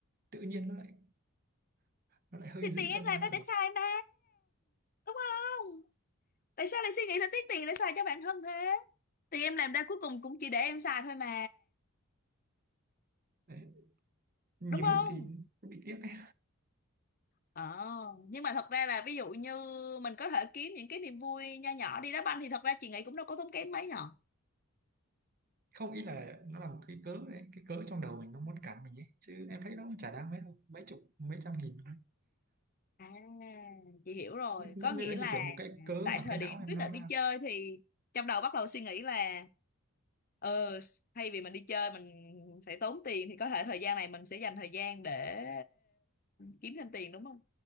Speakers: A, on the right (about 40°); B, on the left (about 40°).
A: tự nhiên nó lại nó lại hơi
B: thì
A: giữ
B: tiền em
A: chân lên
B: làm
A: lại
B: đó
A: một
B: để xài mà đúng không tại sao lại suy nghĩ là tiếc tiền để xài cho bản thân thế thì em làm ra cuối cùng cũng chỉ để em xài thôi mà
A: đấy. nhiều
B: đúng không
A: lúc thì cũng bị tiếc ấy
B: Ờ, nhưng mà thật ra là ví dụ như mình có thể kiếm những cái niềm vui nho nhỏ đi đá banh thì thật ra chị nghĩ cũng đâu có tốn kém mấy nhở.
A: không ý là nó là một cái cớ đấy cái cớ trong đầu mình nó muốn cản mình ấy chứ em thấy nó cũng chả đáng mấy đâu mấy chục mấy trăm nghìn thôi.
B: À, chị hiểu rồi.
A: nên
B: Có nghĩa
A: nên nó như
B: là
A: kiểu một cái cớ
B: tại
A: mà
B: thời
A: cái não
B: điểm
A: em
B: quyết
A: nó
B: định đi chơi thì trong đầu bắt đầu suy nghĩ là ờ thay vì mình đi chơi mình phải tốn tiền thì có thể thời gian này mình sẽ dành thời gian để kiếm thêm tiền đúng không?